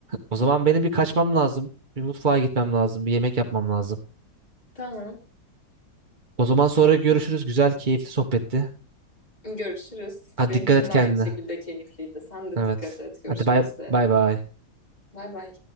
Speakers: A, on the right; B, on the left.
A: O zaman benim bir kaçmam lazım. Bir mutfağa gitmem lazım. Bir yemek yapmam lazım.
B: Tamam.
A: O zaman sonra görüşürüz. Güzel, keyifli sohbetti.
B: Görüşürüz.
A: Hadi
B: Benim
A: dikkat
B: için
A: et
B: de
A: kendine.
B: aynı şekilde keyifliydi. Sen de
A: Evet.
B: dikkat et. Görüşmek
A: Hadi bay
B: üzere.
A: bay bay.
B: Bay bay.